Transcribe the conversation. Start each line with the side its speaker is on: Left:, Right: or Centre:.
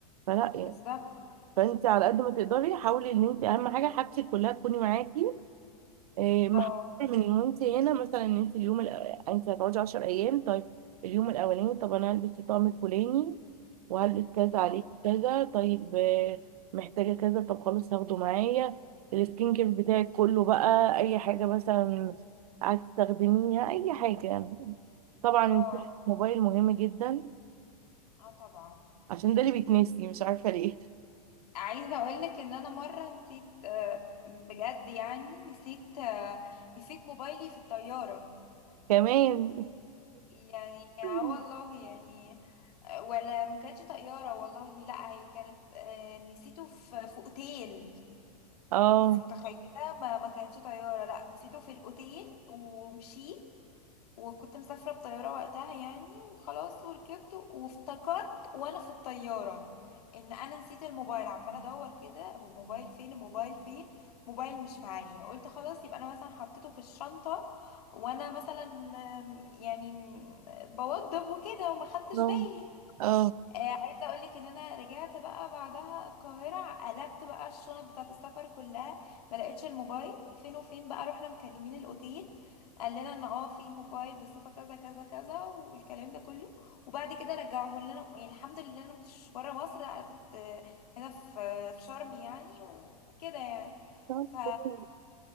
Right: فلا يعني
Left: بالظبط
Right: فانت على قد ما تقدري حاولي ان انت اهم حاجه حاجتك كلها تكوني معاكي إيه، محفوظه
Left: اه
Right: من وانت هنا مثلا ان انت اليوم الأ... انت هتقعدي 10 ايام طيب اليوم الاولاني طب انا هلبس الطقم الفلاني وهلبس كذا عليه
Left: اه
Right: كذا طيب آه، محتاجه كذا طب خلاص هاخده معايا السكين كير بتاعك كله بقى اي حاجه مثلا عايز تستخدميها اي حاجه يعني. طبعا
Left: اه
Right: الموبايل مهم جدا
Left: اه طبعا
Right: عشان ده اللي بيتنسي مش عارفه ليه
Left: عايزة اقولك ان انا مرة نسيت آه، بجد يعني نسيت آه، نسيت موبايلي في الطيارة
Right: كمان
Left: يعني اه
Right: <laughs>
Left: والله يعني آه، ولا ما كانتش طيارة والله لا هي كانت آه، نسيته في في اوتيل
Right: اه
Left: انت متخيله ما ما كانتش طياره لا نسيته في الاوتيل ومشيت وكنت مسافره بطياره وقتها يعني وخلاص وركبت وافتكرت وانا في الطياره ان انا نسيت الموبايل عماله ادور كده هو الموبايل فين الموبايل فين موبايل مش معايا قلت خلاص يبقى انا مثلا حطيته في الشنطه وانا مثلا آم، يعني آم، بوضب وكده وما خدتش
Right: اه
Left: بالي
Right: اه
Left: آه، عايزه اقول لك ان انا رجعت بقى بعدها القاهره قلبت بقى الشنط بتاعه السفر كلها ما لقيتش الموبايل فين وفين بقى رحنا مكلمين الاوتيل قال لنا ان اه في موبايل بصفه كذا كذا كذا والكلام ده كله وبعد كده رجعوه لنا يعني الحمد لله انا ما كنتش بره مصر لا انا كنت آه، هنا في في شرم يعني و- وكده يعني
Right: طب
Left: ف
Right: كويس.